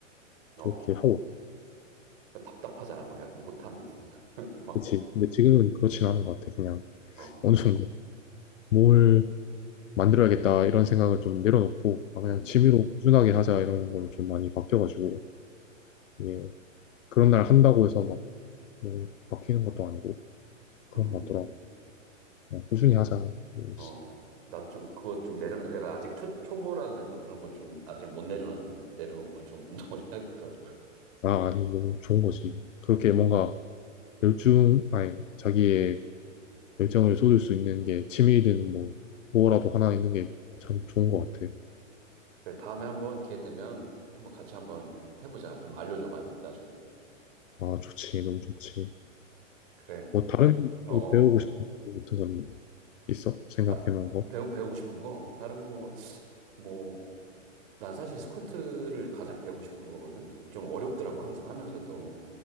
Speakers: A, on the right; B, on the left.
A: 어,
B: 그렇게 하고 있어요.
A: 어, 답답하잖아. 막 약간 못하면. <laughs> 막,
B: 그렇지. 근데 지금은 그렇진 않은 것 같아. 그냥
A: 어,
B: 어느 정도 뭘
A: 하긴,
B: 만들어야겠다 이런 생각을 좀 내려놓고, 아,
A: 음,
B: 그냥 취미로 꾸준하게 하자 이런 걸로 좀 많이 바뀌어가지고, 예. 그런 날 한다고 해서 막, 뭐 바뀌는 것도 아니고, 그런
A: 음,
B: 것 같더라고. 그냥 꾸준히 하자. 음.
A: 어. 나도 좀 그거 좀 내려놔. 내가 아직 초, 초보라 그런지 그런 걸 좀 아직 못 내려놨네. 내려놓고 좀 운동을 <laughs> 해야겠다, 나도.
B: 아, 아니, 너무 좋은 거지. 그렇게 뭔가 열중, 아니, 자기의 열정을 쏟을 수 있는 게 취미든 뭐, 뭐라도 하나 있는 게 참 좋은 것 같아.
A: 그래, 다음에 한번 기회 되면 한번 같이 한번 해보자. 좀 알려줘, 많이. 나 좀.
B: 아, 좋지. 너무 좋지.
A: 그래.
B: 뭐,
A: 한번,
B: 다른
A: 어어.
B: 또 배우고 싶은 거 같은 건 있어? 생각해
A: 다,
B: 놓은 거?
A: 배우, 배우고 싶은 거? 다른 거, 뭐, 난 사실 스쿼트를 가장 배우고 싶은 거거든? 좀 어렵더라고, 항상 하면서도.